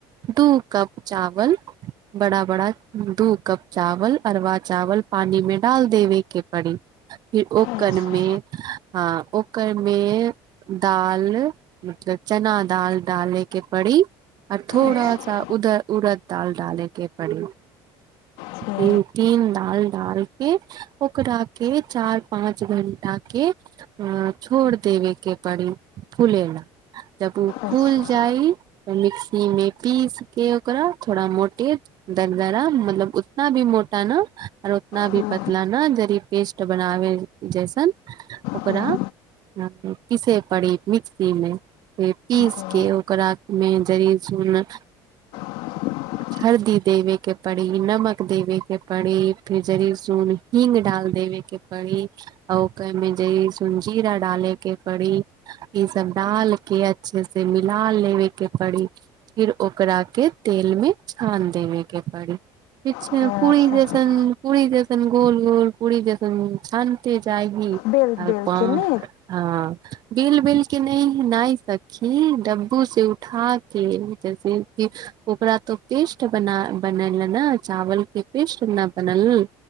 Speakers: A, on the right; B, on the left.
A: दू कप चावल बड़ा बड़ा दू कप चावल अरवा चावल पानी में डाल देबे केँ पड़ी फिर ओकरमे
B: अच्छा,
A: हँ ओकरमे दाल मतलब चना दाल डाले केँ पड़ी आ थोड़ा
B: अच्छा,
A: सा उधर उड़द दाल डाले केँ पड़ी
B: जे
A: तीन डाल डाल के ओकरा केँ चार पाँच घंटा केँ छोड़ देबे के पड़ि फुले लऽ जब ओ
B: अच्छा,
A: फुल जाइ तऽ मिक्सी में पीस के ओकरा थोड़ा मोटे दरगराा मतलब उतना भी मोटा नऽ और उतना
B: हँ,
A: भी पतला नऽ जरी पेस्ट बनाबै जैसन ओकरा
B: हँ,
A: पीसे पड़ी मिक्सी मे पीस
B: जे
A: के ओकरा मे जरी सुन
B: <unintelligible>
A: हरदि देबेके पड़ी नमक देबे के पड़ी फेर जरीसून हींग डाल देबे के पड़ी आ ओ कहमे जे सुं जीरा डाले कऽ पड़ी ई सब डाल के अच्छे से मिला लेबे के पड़ी फिर ओकरा के तेल में छान देबे के परी ठीक छै
B: ओकरा
A: पुरी
B: तऽ
A: जैसन पुरी जैसन गोल गोल पुरी जैसन छान छायने जाहि
B: बेल-बेल
A: आ
B: के ने
A: हँ बेल बेल के नहि ह नहि सखी डब्बू से उठा केँ जैसे कि ओकरा तऽ पेस्ट बना बनल ने चावल के पेस्ट नऽ बनल